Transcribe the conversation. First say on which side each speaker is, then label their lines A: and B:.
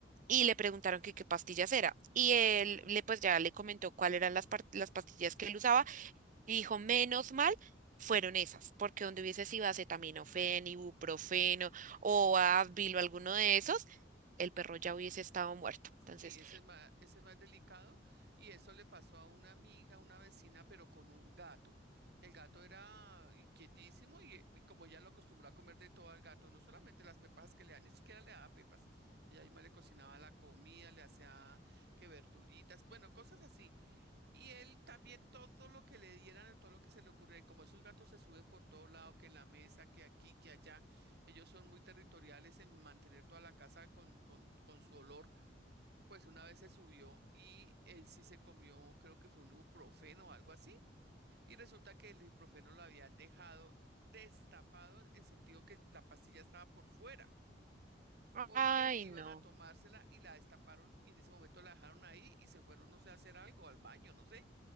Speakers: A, on the right; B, on the right.
A: y le preguntaron que qué pastillas era. Y él le pues ya le comentó cuáles eran las, par- las pastillas que él usaba y dijo, menos mal fueron esas, porque donde hubiese sido acetaminofén, ibuprofeno o Advil o alguno de esos, el perro ya hubiese estado muerto. Entonces,
B: Sí, ese es más, ese es más delicado y eso le pasó a una amiga, una vecina, pero con un gato. El gato era inquietísimo y, y como ya lo acostumbró a comer de todo al gato, no solamente las pepas que le da, ni siquiera le daba pepas. Ella misma le cocinaba la comida, le hacía que verduritas, bueno, cosas así. Y él también todo lo que le dieran, todo lo que se le ocurría, y como esos gatos se suben por todo lado, que en la mesa, que aquí, que allá, ellos son muy territoriales en mantener toda la casa con, con, con su olor. Pues una vez se subió y él sí se comió, creo que fue un ibuprofeno o algo así, y resulta que el ibuprofeno lo habían dejado destapado en el sentido que la pastilla estaba por fuera, porque
A: ay,
B: iban
A: no.
B: a tomársela y la destaparon y en ese momento la dejaron ahí y se fueron, no sé, a hacer algo, al baño, no sé.